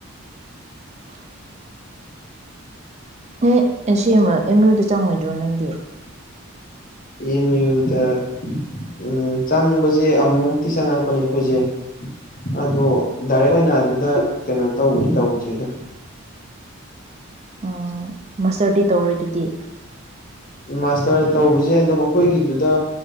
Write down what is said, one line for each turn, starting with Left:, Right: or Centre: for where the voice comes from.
Right: <unintelligible> ꯎ ꯅ ꯁꯦꯝ ꯑꯃ ꯑꯦꯝ ꯌꯨꯗ ꯆꯪꯉꯣꯏꯗ꯭ꯔꯣ ꯅꯪꯗꯤ
Left: ꯑꯦꯝ ꯌꯨꯗ ꯎꯝ ꯆꯪꯕꯁꯦ ꯑꯃꯨꯃꯨꯛꯇꯤ ꯆꯪꯉꯛꯄꯅꯦ ꯑꯩꯈꯣꯏꯁꯦ ꯑꯗꯣ ꯗꯥꯏꯔꯦꯛ ꯑꯣꯏꯅ ꯑꯗꯨꯗ ꯀꯩꯅꯣ ꯇꯧꯕꯗꯤ ꯇꯧꯗ꯭ꯔꯤꯗ
Right: ꯎ ꯃꯁꯇꯔꯗꯤ ꯇꯧꯔꯣꯏ ꯑꯗꯨꯗꯤ
Left: ꯃꯥꯁꯇꯔ ꯇꯧꯕꯁꯦ ꯑꯗꯨꯝ ꯑꯩꯈꯣꯏꯒꯤꯗꯨꯗ